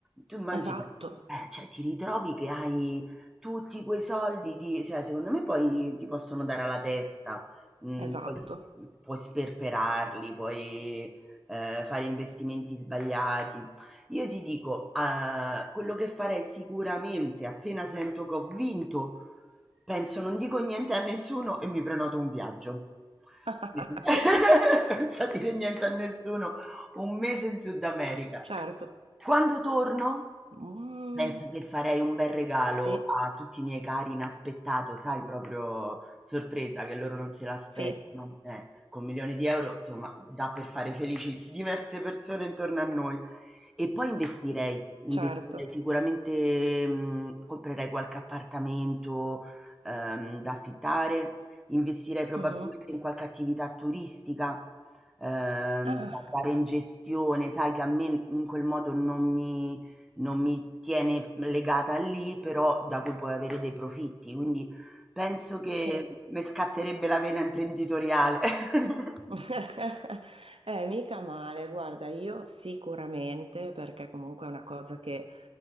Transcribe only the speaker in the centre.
tu immagina,
eh, cioè, ti ritrovi che hai tutti quei soldi, ti- cioè, secondo me poi ti possono dare alla testa, mm,
poi puoi sperperarli, puoi eh, fare investimenti sbagliati, io ti dico, eh, quello che farei sicuramente appena sento che ho vinto, penso non dico niente a nessuno e mi prenoto un viaggio.
<laughs> Senza dire niente a nessuno, un mese in Sud America.
Quando torno?
Penso che farei un bel regalo
a tutti i miei cari inaspettato, sai, proprio sorpresa, che loro non se l'aspettano.
Eh, con milioni di euro, insomma, dà per fare felici diverse persone intorno a noi. E poi investirei, investirei
sicuramente, mh, comprerei qualche appartamento, ehm, da affittare, investirei probabilmente
in qualche attività turistica ehm,
da dare in gestione, sai che a me in quel modo non mi non mi tiene legata lì, però da cui puoi avere dei profitti. Quindi penso che
mi scatterebbe la vena imprenditoriale. <laughs>